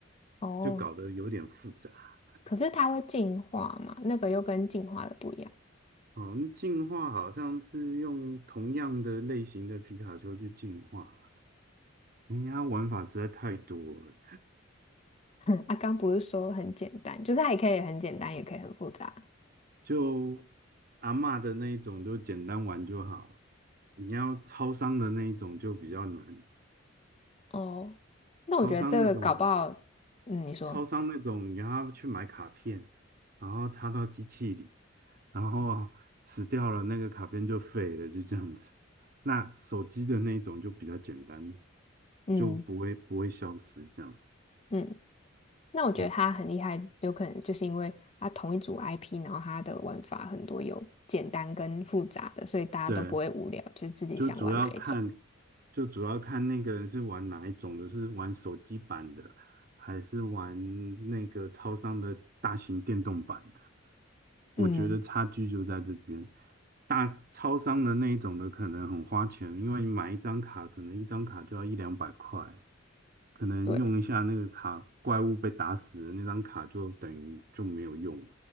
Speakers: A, on the left (about 30°); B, on the right (about 45°).
A: 哦，
B: 就搞得有点复杂。
A: 可是它会进化嘛？那个又跟进化的不一样。
B: 好像进化好像是用同样的类型的皮卡丘去进化，哎呀，玩法实在太多了。
A: <laughs> 啊，刚不是说很简单，就是它也可以很简单，也可以很复杂。
B: 就阿嬷的那一种，就简单玩就好；你要超商的那一种就比较难。
A: 哦，那我觉得这个搞不好，
B: 超商那种
A: 嗯，你说，
B: 超商那种，你要去买卡片，然后插到机器里，然后死掉了，那个卡片就废了，就这样子。那手机的那一种就比较简单，
A: 嗯
B: 就不会不会消失这样子。
A: 嗯，那我觉得它很厉害，
B: 嗯，
A: 有可能就是因为它同一组 IP，然后它的玩法很多，有简单跟复杂的，所以大家都不会无聊，
B: 对，
A: 就是自己想玩哪一种。
B: 就主要看，就主要看那个人是玩哪一种的，是玩手机版的，还是玩那个超商的大型电动版的？我觉得差距就在这边。
A: 嗯，
B: 大超商的那一种的可能很花钱，因为你买一张卡，可能一张卡就要一两百块，可能用一下那个卡，
A: 对，
B: 怪物被打死了，那张卡就等于就没有用。